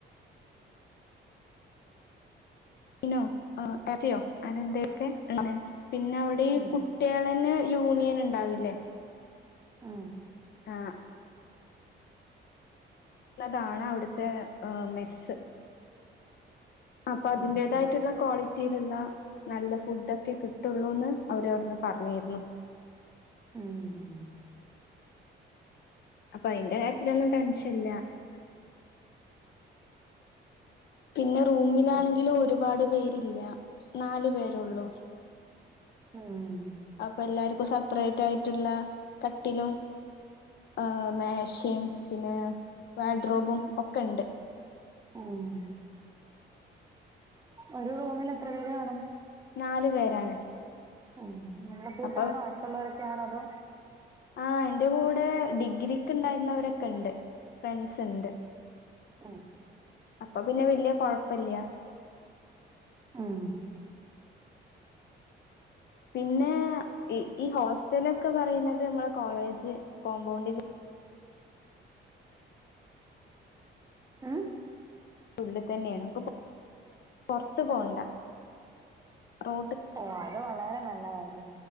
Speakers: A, on the left; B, on the right.
A: മീനോ ഏഹ് എർച്ചിയോ അനന്തൊലെക്കെ ആണ് പിന്നെ അവിടെ ഈ
B: ഉം
A: കുട്ടിയാളന്നെ. യൂണിയൻ ഇണ്ടാവില്ലേ.
B: ആ
A: ആ എന്നതാണ് അവിടുത്തെ ഏഹ് മെസ്സ്. അപ്പൊ അതിന്റേതായിട്ടുള്ള.
B: ഉം
A: ക്വാളിറ്റിയിലുള്ള നല്ല ഫുഡ് ഒക്കെ കിട്ടുള്ളൂന്ന് അവര് അവിടുന്ന് പറഞ്ഞിരുന്നു.
B: മ്
A: അപ്പൊ അയിന്റെ കാര്യത്തിലൊന്നും ടെൻഷൻ ഇല്ല. പിന്നെ റൂമിലാണെങ്കിലും
B: അല്ല
A: ഒരു പാട് പേരില്ല നാലു പേർ ഉള്ളൂ.
B: ഉം എല്ലാം ഉം
A: അപ്പേ എല്ലാർക്കും സെപ്പറേറ്റ് ആയിട്ടുള്ള കട്ടിലും. ഏഹ് മേശയും പിന്നെ വാഡ്രോബും ഒക്കെ ഇണ്ട്.
B: ഹ്മ് ഒരു റൂമിൽ എത്ര പേര് കാണും
A: നാലു പേരാണ്.
B: ഉം നല്ല കൂട്ടാണോ
A: അപ്പൊ
B: അടുത്തുള്ളോരൊക്കെയാണോ അതോ.
A: ആഹ് എന്റെ കൂടെ ഡിഗ്രിക്ക് ഉണ്ടായിരുന്നവരൊക്കെ ഇണ്ട് ഫ്രണ്ട്സ് ണ്ട്.
B: അ
A: അപ്പൊ പിന്നെ വല്യ കൊഴപ്പല്ല്യ.
B: ആഹ്
A: പിന്നെ ഇ ഈ ഹോസ്റ്റലൊക്കെ പറയുന്നത് നമ്മളെ കോളേജ് കോമ്പൗണ്ടിൻ്റെ
B: ഉം
A: ഉുള്ളി തന്നേണ് പ്പൊ പൊർത്ത് പോണ്ട റോ
B: ഓ അത് വളരെ നല്ല കാര്യം.